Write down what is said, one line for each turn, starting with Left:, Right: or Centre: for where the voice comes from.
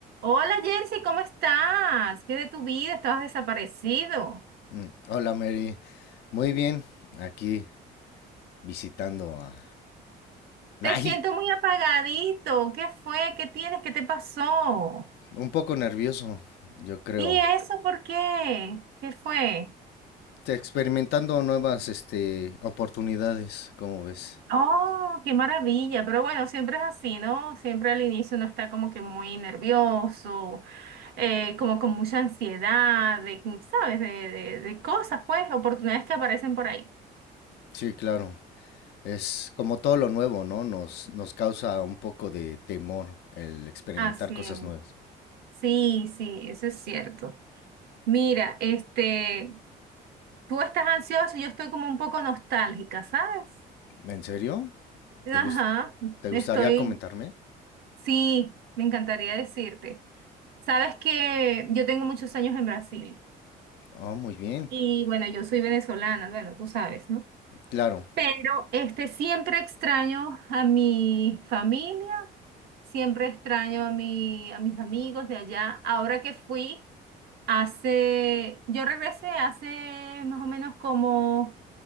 Right: Hola Jersey, ¿cómo estás? ¿Qué de tu vida? Estabas desaparecido.
Left: Mm, Hola Mary, muy bien, aquí visitando a...
Right: Te
Left: Ay,
Right: siento muy apagadito. ¿Qué fue? ¿Qué tienes? ¿Qué te pasó?
Left: un poco nervioso, yo creo.
Right: ¿Y eso por qué? ¿Qué fue?
Left: Este, Experimentando nuevas, este, oportunidades, ¿cómo ves?
Right: Oh, qué maravilla. Pero bueno, siempre es así, ¿no? Siempre al inicio uno está como que muy nervioso, eh, como con mucha ansiedad, de, ¿sabes? De, de de cosas, pues, oportunidades que aparecen por ahí.
Left: Sí, claro. Es como todo lo nuevo, ¿no? Nos, nos causa un poco de temor el experimentar
Right: Así
Left: cosas
Right: es.
Left: nuevas.
Right: Sí, sí, eso es cierto. Mira, este. Tú estás ansiosa y yo estoy como un poco nostálgica, ¿sabes?
Left: ¿En serio?
Right: Ajá,
Left: ¿Te gust- te
Right: estoy,
Left: gustaría comentarme?
Right: sí, me encantaría decirte. Sabes que yo tengo muchos años en Brasil
Left: Oh, muy bien,
Right: y bueno, yo soy venezolana, bueno, tú sabes, ¿no?
Left: claro,
Right: Pero este siempre extraño a mi familia, siempre extraño a mi, a mis amigos de allá. Ahora que fui hace, yo regresé hace más o menos como